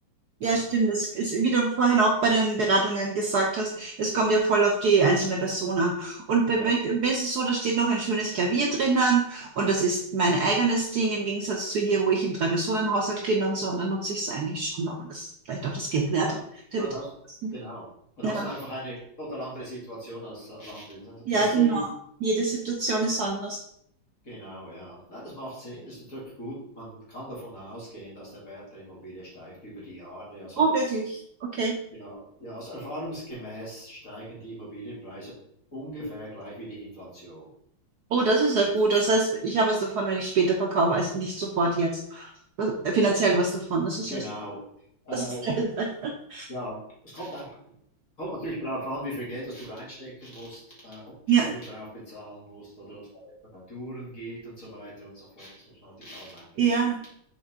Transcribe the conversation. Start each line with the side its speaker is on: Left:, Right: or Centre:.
Right: Ja,
Left: Ja,
Right: stimmt. Das ist, wie du vorhin auch bei den Beratungen gesagt hast, es kommt ja voll auf die einzelne Person an. Und bei
Left: ja,
Right: mir mir ist es so, da steht noch ein schönes Klavier drinnen und das ist mein eigenes Ding im Gegensatz zu hier, wo ich im Drei-Personen-Haushalt bin und so. Und dann nutze ich es eigentlich schon noch und das ist vielleicht auch das Geld wert.
Left: ja.
Right: Der
Left: Dann
Right: Betriebskosten.
Left: hast genau. Dann
Right: Ja.
Left: hast du einfach eine total andere Situation als, als andere. Das,
Right: Ja,
Left: das ist
Right: genau.
Left: sehr
Right: Jede Situation
Left: individuell.
Right: ist anders.
Left: Genau, ja. Nein, das macht Sinn. Das ist natürlich gut. Man kann davon ausgehen, dass der Wert der Immobilie steigt über die Jahre. Also
Right: Oh, wirklich? Okay.
Left: ja, ja, also erfahrungsgemäß steigen die Immobilienpreise ungefähr gleich wie die Inflation.
Right: Oh, das
Left: Das
Right: ist ja gut.
Left: ist,
Right: Das heißt, ich habe was davon, wenn ich später verkaufe, als nicht sofort jetzt. Das- Finanziell was davon. Das
Left: genau.
Right: ist ja,
Left: Äh,
Right: das ist geil. <laughs>
Left: ja, es kommt, auch, kommt natürlich darauf an, wie viel Geld das du reinstecken musst, äh, ob du
Right: Ja.
Left: Steuern drauf bezahlen musst oder ob es Reparaturen gibt und so weiter und so fort. Das muss man natürlich alles einbeziehen.
Right: Ja,